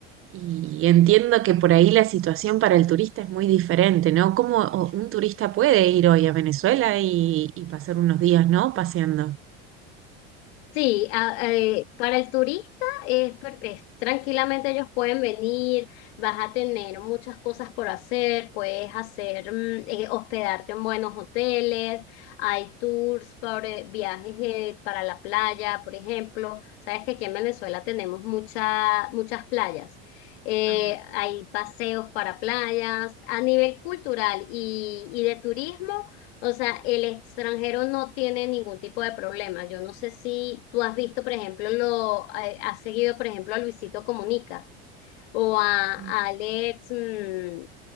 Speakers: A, on the right; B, on the left.
A: y entiendo que por ahí la situación para el turista es muy diferente, ¿no? ¿Cómo o- un turista puede ir hoy a Venezuela y, y pasar unos días, ¿no? Paseando.
B: sí, a- eh, para el turista es, per- es- tranquilamente ellos pueden venir, vas a tener muchas cosas por hacer, puedes hacer, mm, eh, hospedarte en buenos hoteles, hay tours por eh, viajes eh, para la playa, por ejemplo. Sabes que aquí en Venezuela tenemos mucha- muchas playas. Eh,
A: Ajá.
B: hay paseos para playas. A nivel cultural y, y de turismo, O sea, el extranjero no tiene ningún tipo de problema. Yo no sé si tú has visto, por ejemplo, lo eh, has seguido, por ejemplo, a Luisito Comunica o a, a
A: Mm,
B: Alex, mm,